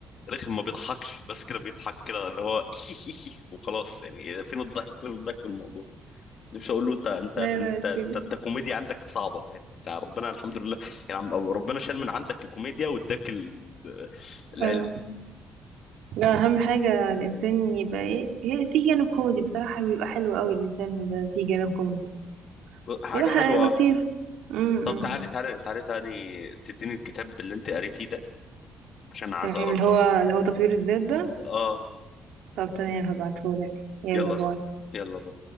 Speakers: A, on the left (about 60°); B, on the right (about 85°).
A: رخم ما بيضحكش بس كده بيضحك كده اللي هو <laughs> وخلاص يعني فين الضحك فين الضحك في الموضوع نفسي اقول له انت انت
B: لا
A: انت
B: لا يا سيدي
A: انت, انت كوميديا عندك صعبه يعني انت ربنا الحمد لله يعني عم- ربنا شال من عندك الكوميديا واداك ال- العلم
B: اه لا اهم حاجة الانسان يبقى ايه هي في جانب كوميدي بصراحة بيبقى حلو قوي الانسان بيبقى في جانب كوميدي
A: حاجه
B: بيبقى
A: حلوه
B: ح- لطيف امم
A: طب تعالي تعالي تعالي تعالي تديني الكتاب اللي انت قريتيه ده عشان عايز
B: تمام
A: اقراه
B: اللي
A: بصراحة
B: هو اللي هو تطوير الذات ده
A: اه
B: طب تمام هبعتهولك يلا
A: يلا
B: باي
A: يلا